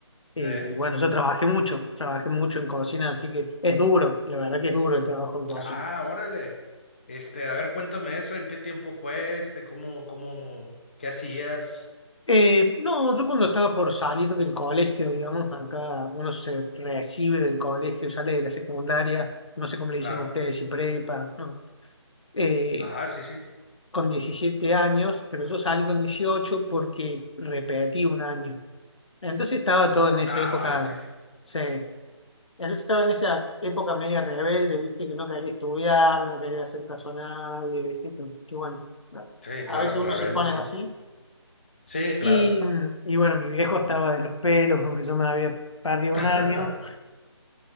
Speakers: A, on the left; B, on the left.
A: ¿Eh?
B: Eh, bueno, yo trabajé mucho, trabajé mucho en cocina, así que es duro, la verdad que es duro el trabajo de cocina.
A: Ah, órale. Este, a ver, cuéntame eso, ¿en qué tiempo fue? Este, ¿cómo, cómo, qué hacías?
B: Eh, no, yo cuando estaba por salir del colegio, digamos, acá uno se recibe del colegio, sale de la secundaria, no sé cómo le
A: Claro.
B: dicen ustedes, si prepa, ¿no? Eh,
A: Ah, sí, sí.
B: con 17 años, pero yo salí con 18 porque repetí un año. Entonces estaba todo en esa
A: Ah,
B: época,
A: vale, ok.
B: sí, Entonces estaba en esa época media rebelde, viste, que no quería estudiar, no quería hacer caso a nadie, viste, que, que bueno,
A: Sí,
B: a
A: claro,
B: veces uno
A: rebelde,
B: se pone
A: sí.
B: así.
A: Sí,
B: Y,
A: claro.
B: y bueno, mi viejo estaba de los pelos, aunque yo me había perdido
A: <laughs>
B: un año.